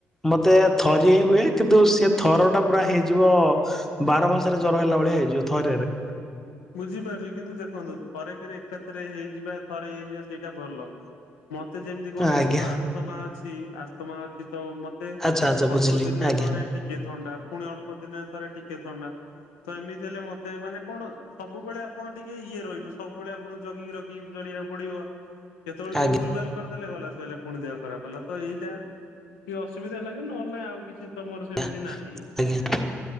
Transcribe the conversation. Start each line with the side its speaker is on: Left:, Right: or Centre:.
Centre: ମତେ ଥରିଏ ହିଁ ହୁଏ କିନ୍ତୁ ସେ ଥର ଟା ପୁରା ହେଇଯିବ। ବାର ମାସରେ ଜ୍ୱର ହେଲା ଭଳିଆ ହେଇଯିବ ଥରିଆରେ
Left: ବୁଝିପାରୁଛ କିନ୍ତୁ ଦେଖନ୍ତୁ ଥରେ କେରେ ଏକାଥରେ ହେଇଯିବା ଥରେ ହେଇଯିବା ସେଇଟା ଭଲ। ମତେ ଯେମିତି କଣ
Centre: ଆଜ୍ଞା
Left: କି ମୋର ଆସ୍ଥମା ଅଛି ଆସ୍ଥମା ଅଛି ତ ମତେ
Centre: ଆଚ୍ଛା ଆଚ୍ଛା ବୁଝିଲି
Left: ଅଳ୍ପ ଦିନେ
Centre: ଆଜ୍ଞା।
Left: ଥରେ ଟିକିଏ ଥଣ୍ଡା। ପୁଣି ଅଳ୍ପ ଦିନ ଥରେ ଟିକେ ଥଣ୍ଡା ତ ଏମିତି ହେଲେ ମତେ ମାନେ କଣ। ସବୁବେଳେ ଆପଣ ଟିକେ ଇଏ ରହିବେ ସବୁବେଳେ ଆପଣଙ୍କୁ ଜଗିକି ରଖିକି ଜଳିବାକୁ ପଡିବ। କେତେବେଳେ
Centre: ଆଜ୍ଞା
Left: ଟେ ଭଲ ଭଲ୍ ଦେଲେ ଗଲା ସୋଇଲା ପୁଣି ଦେହ ଖରାପ ହେଲା ତ ଏଇଟା ଟିକେ ଅସୁବିଧା ହେଲା କି ନହେଲେହିଁ ଆଉ କିଛି ତ ମୋର ସେମିତି
Centre: ୍ଞା ଆଜ୍ଞା।
Left: ନାହିଁ